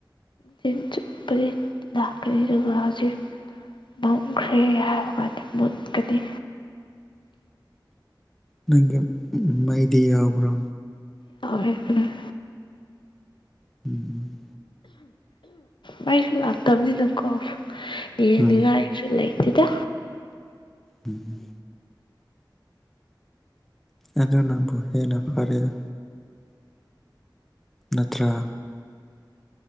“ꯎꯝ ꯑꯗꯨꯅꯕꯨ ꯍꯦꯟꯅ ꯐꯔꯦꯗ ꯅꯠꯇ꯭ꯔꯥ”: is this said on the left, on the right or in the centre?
Centre